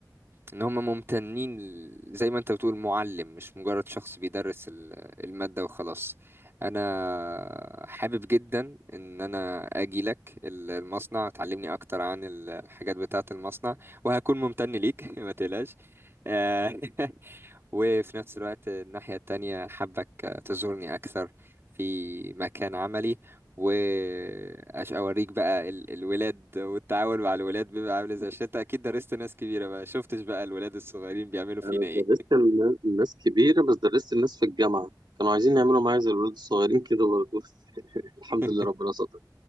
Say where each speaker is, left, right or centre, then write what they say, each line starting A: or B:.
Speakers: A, on the right; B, on the right.
A: إن هم ممتنين ل- زي ما أنت بتقول معلم مش مجرد شخص بيدرس ال- المادة وخلاص أنا حابب جدا إن أنا أجي لك ال- المصنع تعلمني أكتر عن ال- الحاجات بتاعة المصنع وهكون ممتن ليك <laughs> ما تقلقش آه، <laughs> وفي نفس الوقت الناحية التانية حابك تزورني أكثر في مكان عملي وأوريك بقى ال- الولاد والتعامل مع الولاد بيبقى عامل ازاي عشان انت أكيد درست ناس كبيرة بقى شفتش بقى الولاد الصغيرين بيعملوا فينا
B: أنا
A: ايه
B: درست الن- الناس كبيرة بس درست الناس في الجامعة كانوا عايزين يعملوا معايا زي الولاد الصغيرين كده برضه <laughs> الحمد
A: <laughs>
B: لله ربنا ستر